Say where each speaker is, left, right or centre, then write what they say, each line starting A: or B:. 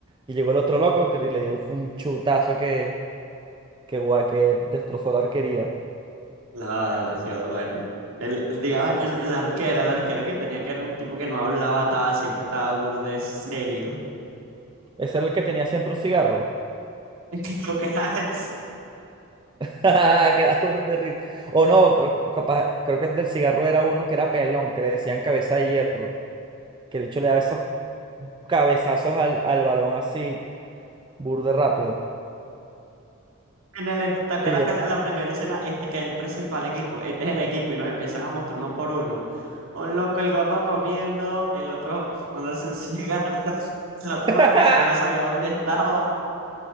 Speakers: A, on the right; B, on the right.
A: Y llegó el otro loco que le dio fue un chutazo que, que, gua- que destrozó la arquería.
B: No, demasiado bueno. El, digamos, el, el arquero, el arquero que tenía que era un tipo que no hablaba, estaba, siempre estaba burde serio.
A: Ese era el que tenía siempre un cigarro.
B: <laughs> Que lo que hace
A: <laughs> Queda burda de risa. O no, creo, capaz- creo que el del cigarro era uno que era pelón, que le decían cabeza de hierro. Que el hecho le daba esos cabezazos al, al balón así, burde rápido.
B: en el, ¿te acuerdas
A: Y yo,
B: que la, la primera escena este que él presentó al equipo? Este es el equipo y los empiezan a mostrar uno por uno. Un loco, el gordo comiendo, el otro <laughs> fumándose un cigarro, <laughs> el otro
A: <laughs>
B: loco ni siquiera sabía dónde estaba.